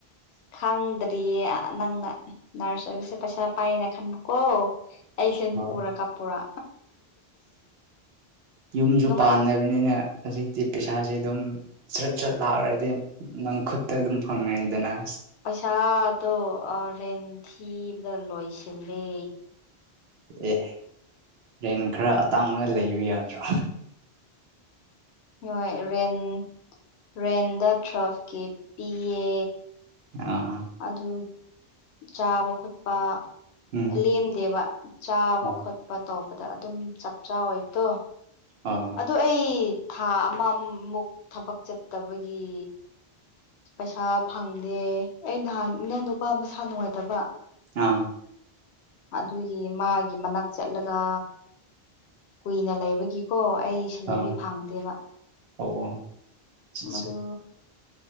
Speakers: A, on the left; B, on the right.
A: ꯈꯪꯗ ꯗꯤ ꯅꯪꯅ ꯅꯔꯁ ꯑꯣꯏꯕꯁꯦ ꯄꯩꯁꯥ ꯄꯥꯏꯌꯦꯅ ꯈꯟꯕꯀꯣ ꯑꯩꯁꯦ ꯑꯃꯨꯛ
B: ꯍꯣꯏ
A: ꯎꯔ ꯀꯥꯞꯄꯣꯔꯥ
B: ꯌꯨꯝꯁꯨ
A: ꯅꯨꯡꯉꯥꯏ
B: ꯄꯥꯟꯅ ꯑꯗꯨꯅꯤꯅ ꯍꯧꯖꯤꯛꯇꯤ ꯄꯩꯁꯥꯁꯦ ꯑꯗꯨꯝ ꯁ꯭ꯔꯠ ꯁ꯭ꯔꯠ ꯂꯥꯛꯈ꯭ꯔꯗꯤ ꯈꯨꯠꯇ ꯑꯗꯨꯝ ꯐꯪꯉꯅꯤꯗꯅ ꯑꯁ
A: ꯄꯩꯁꯥꯗꯣ ꯔꯦꯟ ꯊꯤꯕꯗ ꯂꯣꯏꯁꯤꯜꯂꯦ
B: ꯑꯦ ꯔꯦꯟ ꯈꯔ ꯑꯇꯥꯡꯕꯗ ꯂꯩꯌꯨ ꯌꯥꯗ꯭ꯔꯣ
A: <unintelligible> ꯍꯣꯏ ꯔꯦꯟ ꯔꯦꯟꯗ ꯗ꯭ꯔꯐꯀꯤ ꯄꯤꯌꯦ
B: ꯑ
A: ꯑꯗꯨ ꯆꯥꯕ ꯈꯣꯠꯄ
B: ꯎꯝ
A: ꯂꯦꯝꯗꯦꯕ ꯆꯥꯕ
B: ꯍꯣꯏ
A: ꯈꯣꯠꯄ ꯇꯧꯕꯗ ꯑꯗꯨꯝ ꯆꯞ ꯆꯥ ꯑꯣꯏꯕꯇꯣ
B: ꯍ
A: ꯑ ꯑꯩ ꯊꯥ ꯑꯃꯃꯨꯛ ꯊꯕꯛ ꯆꯠꯇꯕꯒꯤ ꯄꯩꯁꯥ ꯐꯪꯗꯦ ꯑꯩ ꯅꯍꯥꯟ ꯏꯅꯥꯎ ꯅꯨꯄꯥ ꯃꯁꯥ ꯅꯨꯡꯉꯥꯏꯇꯕ
B: ꯑꯥ
A: ꯑꯗꯨꯒꯤ ꯃꯥꯒꯤ ꯃꯅꯥꯛ ꯆꯠꯂꯒ ꯀꯨꯏꯅ ꯂꯩꯕꯒꯤꯀꯣ ꯑꯩ ꯁꯦꯂꯔꯤ
B: ꯑ
A: ꯐꯪꯗꯦꯕ
B: ꯑꯣ ꯑꯆꯥ ꯑꯆꯥ
A: ꯃꯗꯨ